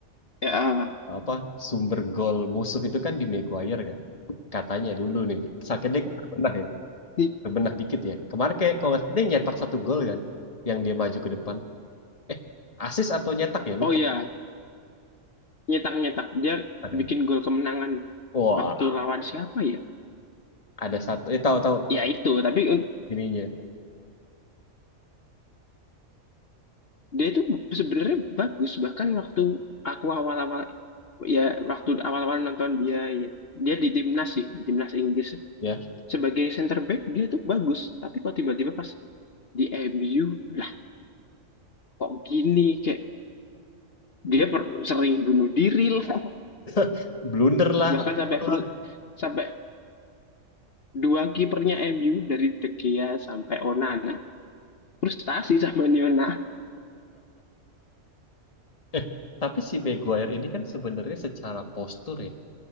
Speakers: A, on the left; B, on the left.
A: ya,
B: eh,
A: eh.
B: apa sumber gol musuh itu kan di Maguire kan katanya dulu nih sakitnya kan pernah ya
A: <laughs>
B: berbenah dikit ya. Kemarin kayak kalau nggak salah dia nyetak satu gol kan, yang dia maju ke depan. Eh, asis atau nyetak ya
A: oh
B: lupa
A: ya nyetak-nyetak dia
B: kan.
A: bikin gol kemenangan
B: Wah,
A: waktu lawan siapa ya
B: ada satu. Eh tahu-tahu
A: ya itu tapi un-
B: ininya
A: dia itu sebenarnya bagus bahkan waktu aku awal-awal ya waktu awal-awal nonton dia ya, dia di timnas sih di timnas Inggris
B: ya.
A: sebagai center back dia tuh bagus tapi kok tiba-tiba pas di MU lah kok gini kayak dia per- sering bunuh diri lah <laughs>
B: <laughs> Blunder lah,
A: bahkan
B: apalah.
A: sampai fru-
B: <laughs>
A: sampai dua kipernya MU dari De Gea sampai Onana frustasi sama Niona
B: Eh, tapi si Maguire ini kan sebenarnya secara postur ya